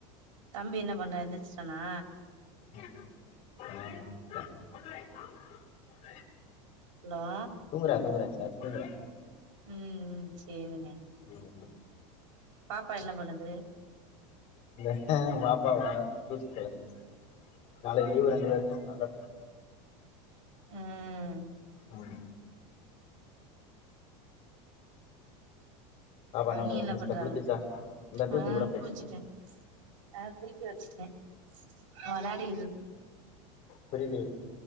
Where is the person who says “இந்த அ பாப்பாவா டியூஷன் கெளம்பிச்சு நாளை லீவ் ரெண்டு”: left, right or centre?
Left